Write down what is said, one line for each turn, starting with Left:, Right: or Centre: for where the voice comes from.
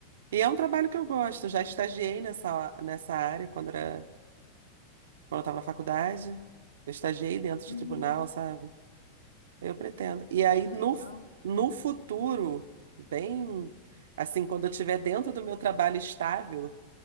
Right: e é um trabalho que eu gosto. Eu já estagiei nessa, nessa área quando era, quando eu estava na faculdade. Eu estagiei dentro de
Left: Uhum.
Right: tribunal, sabe? Eu pretendo. E aí,
Left: Que
Right: no,
Left: legal.
Right: no futuro, bem assim, quando eu estiver dentro do meu trabalho estável,